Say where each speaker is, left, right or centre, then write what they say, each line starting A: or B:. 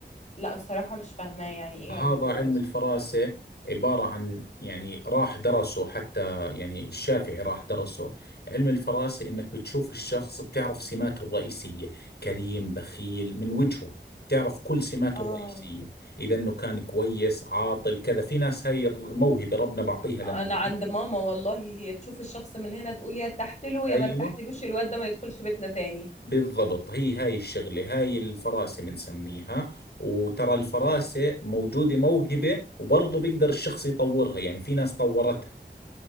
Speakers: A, on the left; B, on the left.
A: لا الصراحة مش فاهمة يعني ايه
B: هذا
A: علم الفراسة
B: علم الفراسة عبارة عن يعني راح درسه حتى يعني الشافعي راح درسه علم الفراسة انك بتشوف الشخص بتعرف سماته الرئيسية كريم بخيل من وجهه بتعرف كل سماته
A: اه
B: الرئيسية إذا إنه كان كويس عاطل كذا في ناس هاي موهبة ربنا بعطيها لنا
A: انا عند ماما والله هي تشوف الشخص من هنا تقول يا ارتحت له
B: أيوة
A: يا ما ارتحتلوش الواد ده ما يدخلش بيتنا تاني
B: بالضبط هي هاي الشغلة هاي الفراسة بنسميها وترى الفراسة موجودة موهبة وبرضه بيقدر الشخص يطورها يعني في ناس طورتها